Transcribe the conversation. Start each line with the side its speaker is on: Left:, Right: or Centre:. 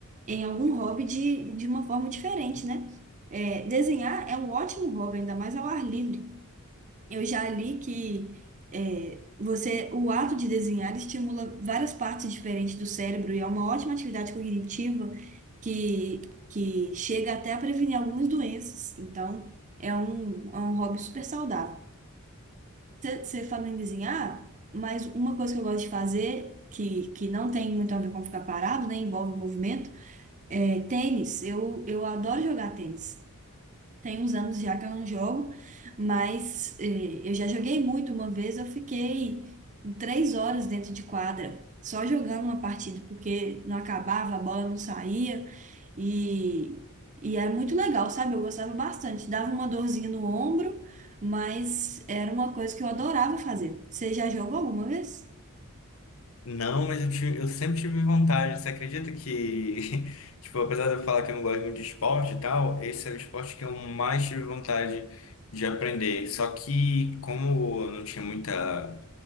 Right: em algum hobby de, de uma forma diferente, né? É, desenhar é um ótimo hobby, ainda mais ao ar livre. Eu já li que é, você, o ato de desenhar estimula várias partes diferentes do cérebro e é uma ótima atividade cognitiva que, que chega até a prevenir algumas doenças. Então, é um, é um hobby super saudável. Você falando em desenhar, mas uma coisa que eu gosto de fazer, que, que não tem muito a ver com ficar parado, né? Envolve o movimento. É, tênis, eu, eu adoro jogar tênis. Tem uns anos já que eu não jogo, mas é, eu já joguei muito. Uma vez eu fiquei três horas dentro de quadra, só jogando uma partida, porque não acabava, a bola não saía. E, e era muito legal, sabe? Eu gostava bastante. Dava uma dorzinha no ombro, mas era uma coisa que eu adorava fazer. Você já jogou alguma vez?
Left: Não, mas eu, tive- eu sempre tive vontade. Você acredita que, <laughs> tipo, apesar de eu falar que eu não gosto muito de esporte e tal, esse é o esporte que eu mais tive vontade de aprender. Só que, como eu não tinha muita.